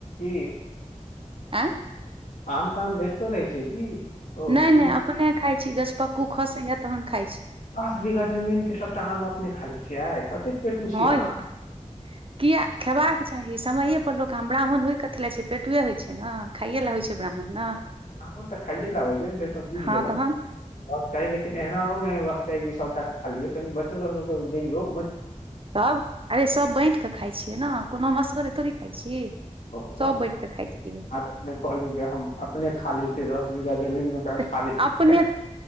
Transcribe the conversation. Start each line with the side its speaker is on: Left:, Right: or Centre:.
Left: ई
Right: आँ
Left: आम तऽम बेचतो रहै छै की ओ
Right: नहि
Left: की
Right: नहि अपने खाइत छी गछपक्कू खसैए तखन खाइत छी
Left: दस बीघा जमीनके सभटा आम अपने खाली छियै आ कतेक पेटू छियै
Right: हँ
Left: अहाँ
Right: यौ तऽ किया खेबाक चाही समये पर लोक आब ब्राह्मण होइ कथी ले छै पेटुए होइ छै ने खाइए लए होइ छै ब्राह्मण न
Left: राहमन तऽ खाए लबै छै से तऽ बुझ
Right: हँ
Left: गेलहु
Right: तहन
Left: क लेकिन एहना नहि ह होयबाक चाही सबटा खठा लियै कनि बच्चो सब सब दैयो
Right: तब अरे सभ बाँटि कऽ खाइ छियै ने कोनो मसगर तोड़े खाइ छी
Left: कहली
Right: सब बाँटि कऽ खाइ छियै
Left: जे हम अपने खा लै ते दस बीघा जमीन मे
Right: तऽ
Left: खा लै छियै
Right: अपने